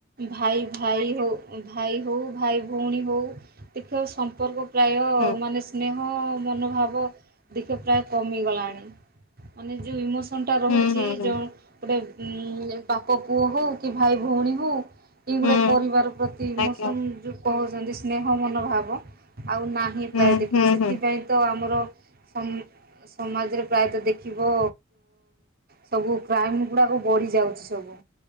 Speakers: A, on the right; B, on the left.
A: ଭାଇ ଭାଇ ହଉ ଭାଇ ହଉ ଭାଇ ଭଉଣୀ ହଉ ଦେଖିବ ସମ୍ପର୍କ ପ୍ରାୟ
B: ହୁଁ
A: ମାନ ସ୍ନେହ ହଁ ମନୋଭାବ ଦେଖେ ପ୍ରାୟ କମିଗଲାଣି ମାନେ ଯେଉଁ ଇମୋସ ସନ ଟା ରହୁଛି
B: ହୁଁ ହୁଁ ହୁଁ
A: ଯେଉଁ ଗୋଟେ ହୁଁ। ବାପ ପୁଅ ହଉ କି ଭାଇ ଭଉଣୀ ହୁଁ ଏ
B: ହୁଁ
A: ଗୋଟେ
B: ହୁଁ
A: ପରିବାର ପ୍ରତି ଇମୋସନ
B: ଆଜ୍ଞା।
A: ଯୋଉ ପହ ଯଦି ସ୍ନେହ ମନୋଭାବ ଆଉ ନାହିଁ
B: ହୁଁ
A: ପ୍ରାୟ ଦେଖିବ
B: ହୁଁ
A: ସେଥିପାଇଁ
B: ହୁଁ
A: ତ ଆମର ସମାଜରେ ପ୍ରାୟତଃ ଦେଖିବ ସବୁ କ୍ରାଇମ ଗୁଡାକ ବଢି ଯାଉଛି ସବୁ